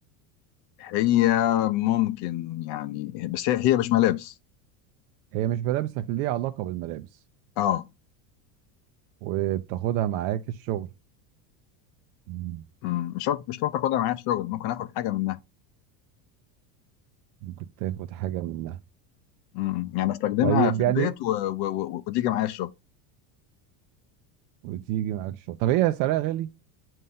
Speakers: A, on the left (about 50°); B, on the right (about 65°).
A: هي ممكن يعني بس هي, هي مش ملابس
B: هي مش ملابس لكن ليها علاقه بالملابس
A: اه
B: وبتاخدها معاك الشغل مم.
A: مم، مش شرط مش شرط اخدها معايا الشغل ممكن اخد حاجه منها
B: ممكن تاخد حاجه منها
A: مم، يعني استخدمها
B: طيب
A: في البيت
B: يعني
A: و... و... و... وتيجي معايا الشغل
B: وتيجي معاك الشغل طب هي سعرها غالي